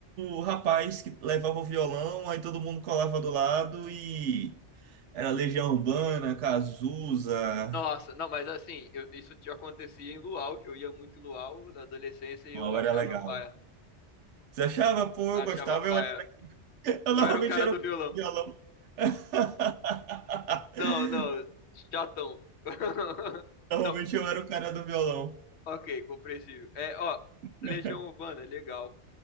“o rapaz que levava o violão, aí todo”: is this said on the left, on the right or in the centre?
Right